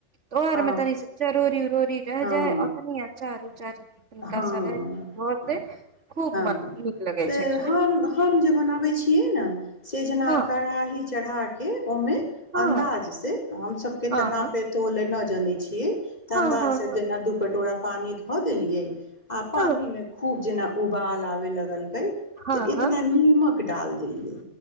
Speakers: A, on the right; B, on the left.
A: तोआर
B: हँ
A: मे तनी जरूरी भ रह
B: हँ
A: जाइ अ तनी आचर उचार तनिका
B: हँ
A: सा रह धऽ
B: ह
A: दे खूब
B: हँ
A: मन नीक लगै
B: तऽ
A: छै खाय
B: हम
A: मे
B: हम जे बनाबै छियै ने सेजना
A: हँ
B: करा ही चढ़ा के ओ मे
A: हँ
B: अन्दाज से हम सब के
A: हँ
B: तऽ नापे
A: हँ
B: तो न नै छियै तऽ
A: हँ
B: अन्दाजे
A: हँ हँ
B: देना दू कटोरा पानी धऽ देलियै आ पानी
A: हँ
B: में खूब जेना उबाल आबे लगल तऽ
A: हँ
B: इतना
A: हँ
B: नीमक क डाल देलिअइ